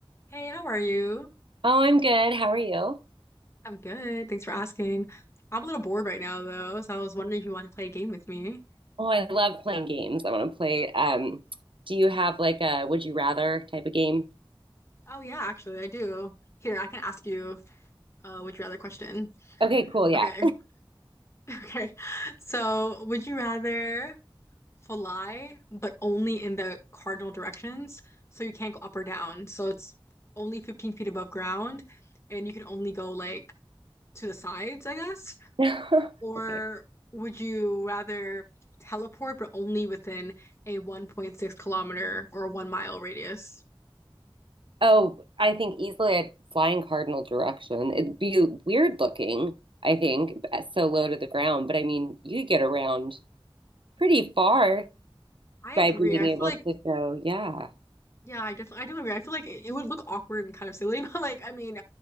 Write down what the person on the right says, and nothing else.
Oh, I'm good. How are you?
Oh, I love playing games. I want to play. Um, do you have like a would you rather type of game?
Okay, cool. Yeah.
<laughs>
Okay.
Oh, I think easily I'd fly in cardinal direction. It'd be weird looking, I think, b- so low to the ground, but I mean, you could get around pretty far
by
being
able
to go, yeah.